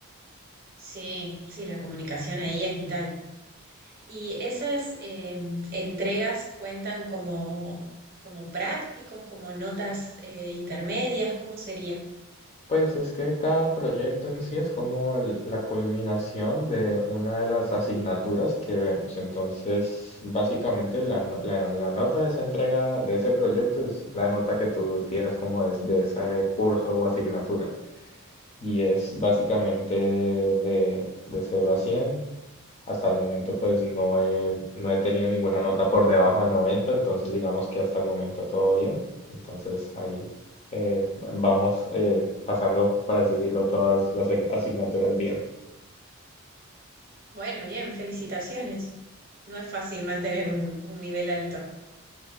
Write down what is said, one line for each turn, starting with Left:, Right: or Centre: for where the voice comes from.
Right: Sí, sí, la comunicación ahí es vital. ¿Y esas eh, entregas cuentan como, como prácticos, como notas eh, intermedias? ¿Cómo sería?
Left: Pues es que cada proyecto en sí es como el- la culminación de una de las asignaturas que vemos. Entonces, básicamente la, no- la- la nota de esa entrega de ese proyecto es la nota que tú tienes como de, de ese curso o asignatura. Y es básicamente de, de cero a 100. Hasta el momento pues no he, no he tenido ninguna nota por debajo de 90, entonces digamos que hasta el momento todo bien. Entonces ahí eh, vamos eh, pasando, por así decirlo, todas las asignaturas bien.
Right: Bueno, bien, felicitaciones. No es fácil mantener un, un nivel alto.